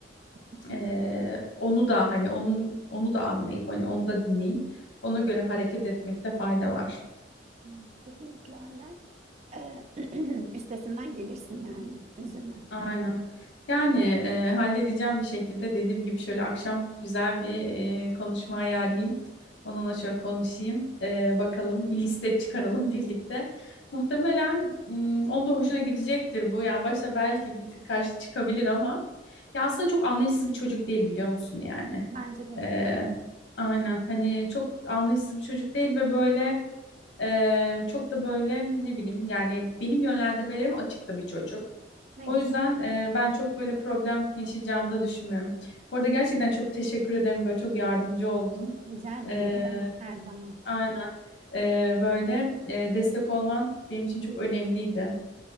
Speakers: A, on the right (about 40°); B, on the left (about 85°).
A: <laughs>
B: ee,
A: Hı,
B: onu da hani onun onu da anlayıp hani onu da dinleyip ona göre hareket etmekte fayda var.
A: hı, Kesinlikle öyle. E, <clears throat> üstesinden gelirsin yani. Üzülme.
B: Aynen. Yani e, halledeceğim bir şekilde dediğim gibi şöyle akşam güzel bir e, konuşma ayarlayayım. Onunla şöyle konuşayım. E, bakalım bir liste çıkaralım <laughs> birlikte. Muhtemelen mm, onun da hoşuna gidecektir bu. Yani başta belki bir tık karşı çıkabilir ama ya aslında çok anlayışsız bir çocuk değil biliyor musun yani.
A: Bence de ne
B: Ee, aynen hani çok anlayışsız bir çocuk değil ve böyle e, çok da böyle ne bileyim yani benim yönlendirmelerim açık da bir çocuk.
A: ne
B: O
A: güzel.
B: yüzden e, ben çok böyle problem yaşayacağımı da düşünmüyorum. Bu arada gerçekten çok teşekkür ederim böyle çok yardımcı oldun.
A: Rica ederim.
B: Ee,
A: Ne demek her zaman.
B: aynen Ee, böyle e, destek olman benim için çok önemliydi.